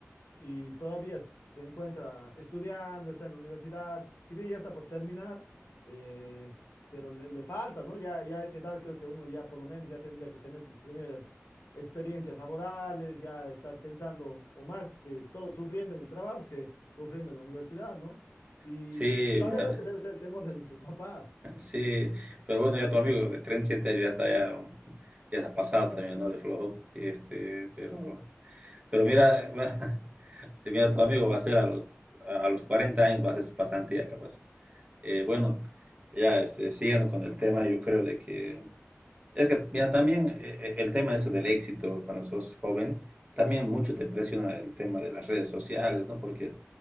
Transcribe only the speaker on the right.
Sí,
mira,
de-
sí, pero bueno, ya tu amigo de 37 años ya está, ya, ya se ha pasado también, ¿no? De flojo, y este, pero, pero mira, <laughs> va- mira, tu amigo va a ser a los, a los 40 años, va a hacer su pasantía capaz. Eh, bueno, ya, este, siguiendo con el tema, yo creo de que Es que, mira, también eh, eh, el tema eso del éxito cuando sos joven, también mucho te presiona el tema de las redes sociales, ¿no? Porque